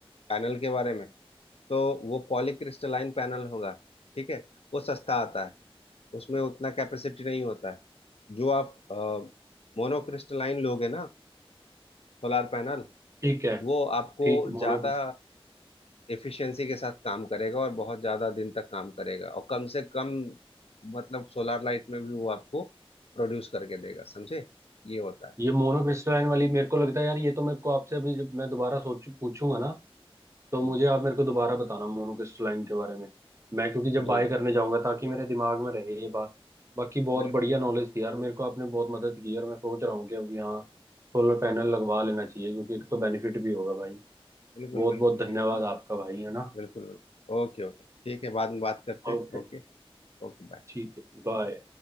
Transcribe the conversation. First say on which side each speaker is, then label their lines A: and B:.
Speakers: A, on the left; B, on the right.
A: पैनल के बारे में तो वो पॉलीक्रिस्टलाइन पैनल होगा ठीक है वो सस्ता आता है उसमें उतना कैपेसिटी नहीं होता है जो आप मोनोक्रिस्टलाइन लोगे ना सोलार पैनल
B: ठीक है
A: वो आपको
B: ठीक
A: ज्यादा
B: मोनोक्रिस्टल
A: एफिशिएंसी के साथ काम करेगा और बहुत ज्यादा दिन तक काम करेगा और कम से कम मतलब सोलर लाइट में भी वो आपको प्रोड्यूस करके देगा समझे ये होता है
B: ये मोनोक्रिस्टलाइन वाली मेरे को लगता है यार ये तो मेरे को आपसे अभी जब मैं दोबारा सोच पूछूंगा ना तो
A: हम्म,
B: मुझे आप मेरे को दोबारा बताना मोनोक्रिस्टलाइन के बारे में मैं क्योंकि जब
A: ये
B: बाय करने जाऊंगा ताकि मेरे दिमाग में रहे ये बात बाकी बहुत
A: बिल्कुल
B: बढ़िया नॉलेज थी यार मेरे को आपने बहुत मदद की यार मैं सोच रहा हूँ कि अब यहाँ सोलर पैनल लगवा लेना चाहिए क्योंकि एक तो बेनिफिट भी होगा भाई
A: बिल्कुल
B: बहुत
A: बिल्कुल
B: बहुत धन्यवाद
A: ये
B: आपका भाई है ना
A: बिल्कुल बिल्कुल ओके ओके ठीक है बाद में बात करते हैं
B: ओके
A: ओके Okay bye
B: ठीक है बाय